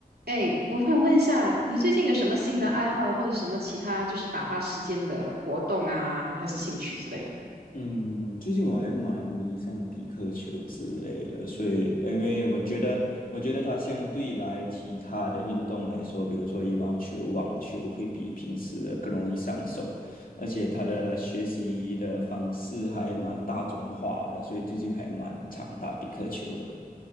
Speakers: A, on the right; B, on the left.
A: 哎，我想问一下，你最近有什么新的爱好，
B: 嗯
A: 或者什么其他就是打发时间的活动啊，还是兴趣之类的？
B: 嗯，最近我还蛮迷上比克球之类的，所以因为我觉得，我觉得它相对来其他的运动来说，比如说羽毛球、网球，会比平时的更容易上手，而且它的学习的方式还蛮大众化的，所以最近还蛮常打比克球的。